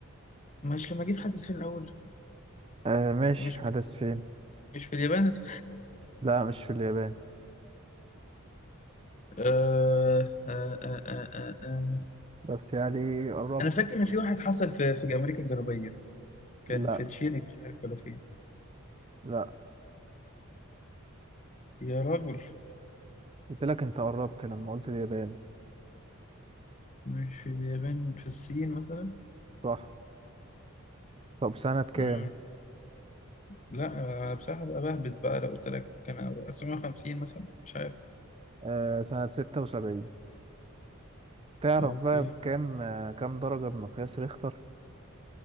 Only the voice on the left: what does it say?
مش لما اجيب حد في الاول
مش
مش في اليابان
آه آه آه آه آه آه.
انا فاكر ان في واحد حصل في في امريكا الجنوبيه كان
في تشيلي مش عارف ولا فين
يا راجل
مش في اليابان في الصين مثلا
مم. لا أنا بصراحه بقى بهبت بقى لو قلت لك ممكن أبقى 750 مثلا مش عارف
اوكي